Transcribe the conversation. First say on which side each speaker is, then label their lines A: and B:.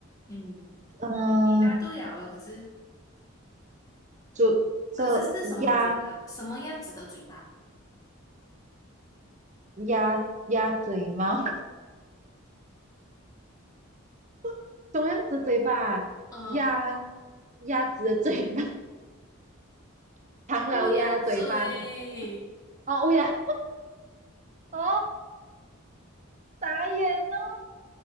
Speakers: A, on the left; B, on the right.
A: 嗯，
B: 嗯、
A: 你你答对了啊可是
B: 就这鸭
A: 可是是什么嘴巴？什么样子的嘴巴？
B: 鸭鸭嘴猫，<laughs> 怎么样子嘴巴啊？
A: 嗯，
B: 鸭鸭子的嘴巴，<laughs> 唐老鸭嘴巴是吗？
A: 乌鸦嘴，
B: 哦，乌鸦，哦，打眼哦，